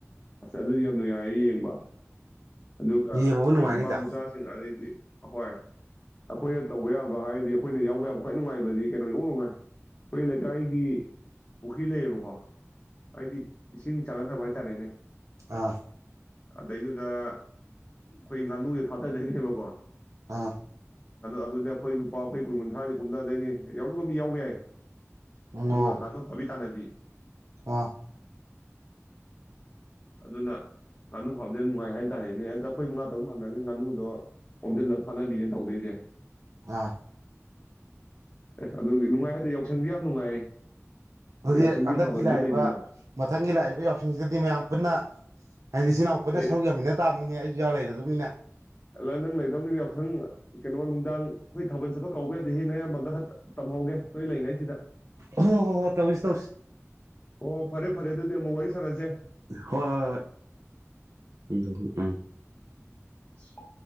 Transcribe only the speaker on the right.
ꯌꯦꯡꯕꯕꯨ
ꯅꯨꯡꯉꯥꯏꯅꯤꯗ
ꯑꯥ
ꯑꯥ
ꯑꯣ
ꯑꯥ
ꯑꯥ
ꯑꯗꯨꯗꯤ
ꯍꯟꯗꯛꯀꯤ
ꯂꯥꯛꯏꯕ
ꯃꯊꯪꯒꯤ ꯂꯥꯛꯏꯕ ꯌꯥꯎꯁꯤꯡꯁꯤꯗꯗꯤ ꯃꯌꯥꯝ ꯄꯨꯟꯅ ꯍꯥꯏꯗꯤ ꯏ ꯏꯅꯥꯎꯄꯗ
ꯁꯔꯨꯛ ꯌꯥꯃꯤꯟꯅ ꯇꯥꯃꯤꯅꯦ ꯑꯩꯁꯨ ꯂꯩꯔꯗꯃꯤꯅ
ꯍ ꯍꯣ ꯍꯣ ꯇꯧꯁꯤ ꯇꯧꯁꯤ
ꯍꯣꯏ ꯍꯣꯏ ꯍꯣꯏ ꯎꯝ ꯎꯝ